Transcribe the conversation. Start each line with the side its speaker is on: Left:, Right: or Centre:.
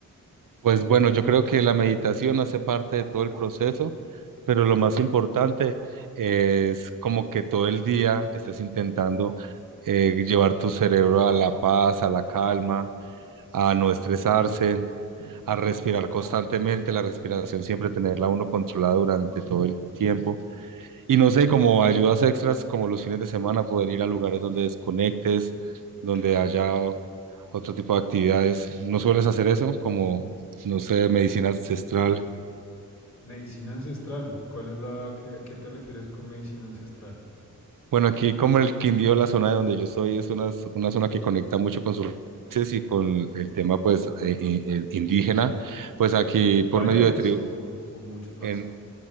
Right: Pues bueno, yo creo que la meditación hace parte de todo el proceso, pero lo más importante es como que todo el día estés intentando eh, llevar tu cerebro a la paz, a la calma, a no estresarse, a respirar constantemente, la respiración siempre tenerla uno controlada durante todo el tiempo Y no sé, como ayudas extras, como los fines de semana, poder ir a lugares donde desconectes, donde
Left: Claro.
Right: haya otro tipo de actividades. ¿No sueles hacer eso? Como, no sé, medicina ancestral.
Left: Medicina ancestral. ¿Cuál es la que, a qué te refieres con medicina ancestral?
Right: Bueno, aquí como en el Quindío, la zona de donde yo soy, es una, z- una zona que conecta mucho con sus raíces y con el tema, pues, eh, eh, eh, indígena. Pues aquí
Left: ¿Y
Right: por
Left: ¿Vaya
Right: medio
Left: es
Right: de tribu,
Left: o, o muchos más?
Right: en,